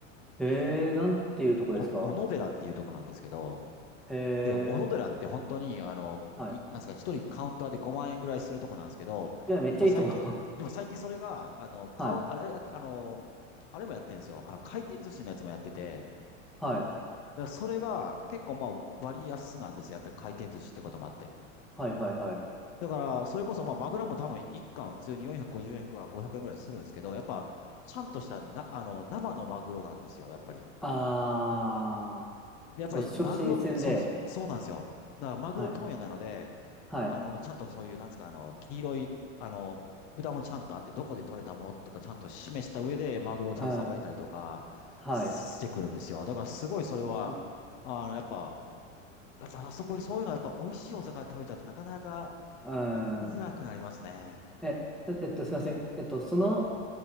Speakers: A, in the centre; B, on the left.
A: へえ、なんていうとこですか
B: お、小野寺っていうとこなんですけど、
A: へえ、
B: で、小野寺って本当に、あの、
A: はい。
B: い、なんですか、一人カウンターで5万円ぐらいするとこなんですけど、
A: いや、めっちゃいいとこ。
B: 今最近、でも最近それが、あの、カウン、
A: <laughs> はい。
B: あれ、ああの、あれもやってるんですよ。あの、回転寿司のやつもやってて、
A: はい。
B: だからそれが結構まあ割安なんですよ。やっぱり回転寿司ってこともあって。
A: はい、はい、はい。
B: だから、それこそまあマグロも多分一貫普通に450円から500円ぐらいするんですけど、やっぱ、ちゃんとしたな、あの、生のマグロなんですよ、やっぱり。
A: あ
B: でやっぱりマグロ、
A: ー、もう超新で。
B: そうです。そうなんですよ。だからマグロ問屋なので、
A: はい。はい。
B: あの、ちゃんとそういう、なんですか、あの、黄色い、あの、札もちゃんとあって、どこで取れたものとかちゃんと示した上で、マグロをちゃんとさばいたりとかしてくるんですよ。
A: うん。はい。
B: だからすごいそれは、
A: う
B: あの、やっぱ、やっぱあそこにそういうのはやっぱ美味しいお魚食べちゃうとなかなか
A: ん。
B: 行きづらくなりますね。
A: うん。え、えっと、すいません。えっと、その、